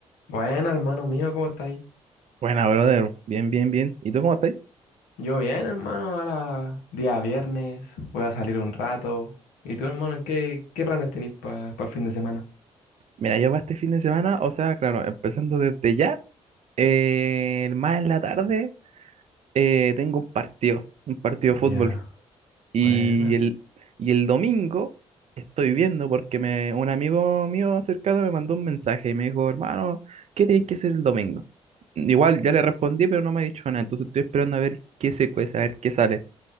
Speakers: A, on the left; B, on the right.
A: Bueno, hermano mío, ¿cómo estáis?
B: Buena, brother. Bien, bien, bien. ¿Y tú cómo estás?
A: Yo bien, hermano, ahora día viernes, voy a salir un rato. ¿Y tú, hermano, qué, qué planes tenéis para el fin de semana?
B: Mira, yo para este fin de semana, o sea, claro, empezando desde ya, eh, más en la tarde, eh, tengo un partido, un partido
A: Ya,
B: de fútbol. Y
A: buena.
B: el, y el domingo estoy viendo porque me, un amigo mío cercano me mandó un mensaje y me dijo, hermano, ¿qué tenéis que hacer el domingo? Igual ya le respondí, pero no me ha dicho nada. Entonces estoy esperando a ver qué se cuece, a ver qué sale.